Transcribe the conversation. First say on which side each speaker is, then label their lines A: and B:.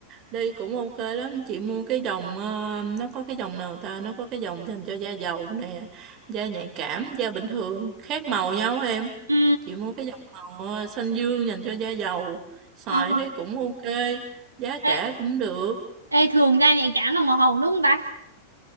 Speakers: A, on the right; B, on the right.
A: đi cũng ok lắm chị mua cái dòng ờ, nó có cái dòng nào ta nó có cái dòng dành cho da dầu nè da nhạy cảm da bình thường khác màu nhau em
B: ừ
A: chị mua cái dòng màu ờ, xanh dương dành cho da dầu xài
B: ờ
A: thấy cũng ok giá cả
B: ê,
A: cũng được
B: ê thường da nhạy cảm là màu hồng đúng không ta